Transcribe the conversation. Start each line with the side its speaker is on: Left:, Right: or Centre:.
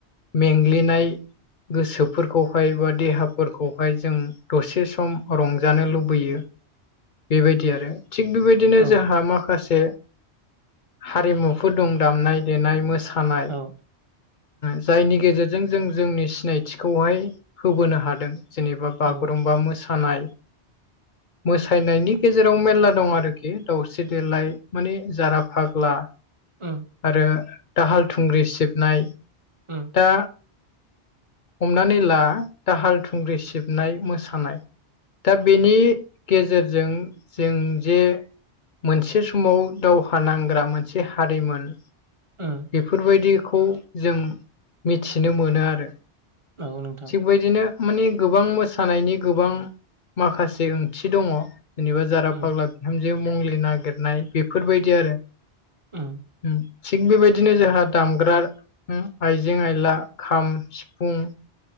Left: मेंग्लिनाय गोसोफोरखौहाय बा देहाफोरखौहाय जों दसे सम रंजानो लुबैयो। फैयो बेबायदि आरो थि बेबायदिनो
Right: औ
Left: जों माखासे बे हारिमुफोर दं दामनाय देनाय मोसानाय
Right: औ
Left: जायनि गेजेरजों जों जोंनि सिनायथिखौहाय होबोनो हादों। जेनेबा बागुरुमबा
Right: औ
Left: मोसानाय मोसानायनि गेजेराव मेरला दं आरोखि दावउस्रि देलाय माने जारा फाग्ला
Right: उम
Left: आरो दाहाल थुंग्रि सिबनाय
Right: उम
Left: दा हमनानै ला दाहाल थुंग्रि सिबनाय मोसानाय दा बेनि गेजेरजों जों जे मोनसे समाव दावहा नांग्रा मोनसे हारिमोन।
Right: उम
Left: बेफोरबायदिखौ जों मिथिनो मोनो आरो।
Right: औ नोंथां
Left: थिख बेबायदिनो माने गोबां मोसानायनि गोबां माखासे ओंथि दङ। जेनेबा जारा
Right: उम
Left: फाग्ला बिहामजो मंलि नागिरनाय बेफोरबायदि आरो होम
Right: उम
Left: थिग बेबायदिनो जोंहा दामग्रा आइजें आयला खाम सिफुं